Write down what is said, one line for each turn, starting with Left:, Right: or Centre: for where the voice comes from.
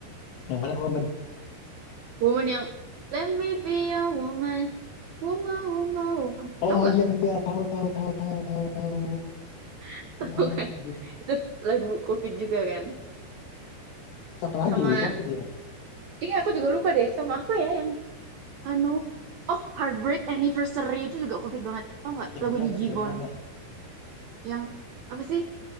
Left: Yang mana gua men
Right: Woman yang, let me be a woman, woman, woman, woman.
Left: Oh
Right: Tahu nggak?
Left: iya iya tahu tahu tahu tahu tahu tahu.
Right: <laughs>
Left: Iya
Right: Tahu kan?
Left: anjir.
Right: Itu lagu COVID juga kan.
Left: Siapa lagi
Right: Sama,
Left: lagu Covid ya?
Right: iya aku juga lupa deh, sama apa ya yang, anu, Oh, Heartbreak Anniversary itu juga COVID banget. tahu nggak
Left: Yang
Right: lagunya
Left: mana
Right: Jivon?
Left: yang mana?
Right: Yang apa sih?